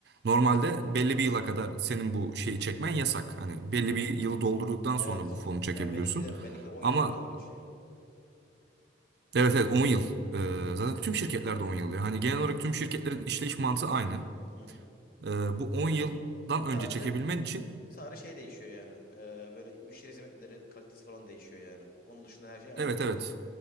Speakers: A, on the right; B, on the left.
A: normalde belli bir yıla kadar senin bu şeyi çekmen yasak. Hani belli bir yılı doldurduktan
B: Evet
A: sonra bu fonu çekebiliyorsun.
B: e, benimki de benimki de 10
A: Ama
B: yıl mı ne öyle bir şey.
A: evet evet 10 yıl Ee, zaten tüm şirketlerde 10 yıl ya. Hani genel olarak
B: Hı hı.
A: tüm şirketlerin işleyiş mantığı aynı.
B: Hı hı.
A: Ee, bu 10 yıldan önce
B: Sadece
A: çekebilmen için
B: sadece şey değişiyor yani. Ee, böyle müşteri hizmetleri kalitesi falan değişiyor yani. Onun dışında her şey aynı.
A: Evet evet.